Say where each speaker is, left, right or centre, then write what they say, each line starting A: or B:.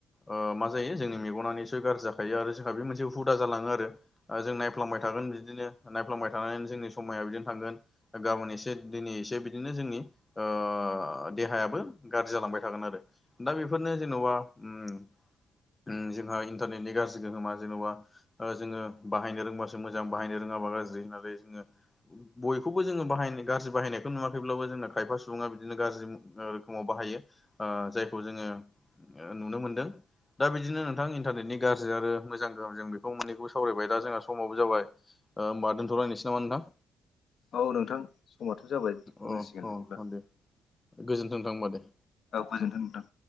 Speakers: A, on the left; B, on the left.
A: ओ मा जायो जोंनि मेगना निथसय गाज्रि जाखायो आरो जोंहा बे मोनसे हुदा जालाङो आरो। ओ जों नायफ्लांबाय थागोन बिदिनो नायफ्लांबाय थानानैनो जोंनि समाया बिदिनो थांगोन। गाबोन एसे दिनै एसे बिदिनो जोंनि ओ ओ देहायाबो गाज्रि जालांबाय थागोन आरो दा बेफोरनो जेनेबा उम उम जोंहा इन्टारनेटनि गाज्रि गोहोमा जेन'बा ओ जोंङो बाहायनो रोंबासो मोजां बाहायनो रोङाबा गाज्रि होननानै जोंङो बयखौबो जोंङो बाहाय गाज्रि बाहायनायखौ नुवाखैब्लाबो जों खायफा सुबुंङा बिदिनो गाज्रि रोखोमाव बाहायो ओ जायखौ जोंङो नुनो मोनदों दा बिदिनो नोंथां इन्टारनेटनि गाज्रि आरो मोजां गाहोम जों बेखौ मोननैखौ सावरायबाय दा जोंहा समावो जाबाय। ओ होमबा दोनथ'लायनोसै नामा नोंथां?
B: औ नोंथां समाथ' जाबाय दोथ'नांसिगोन
A: अ
B: बिदिब्ला।
A: अ दे गोजोन्थों नोंथां होमबा दे।
B: औ गोजोन्थों नोंथां।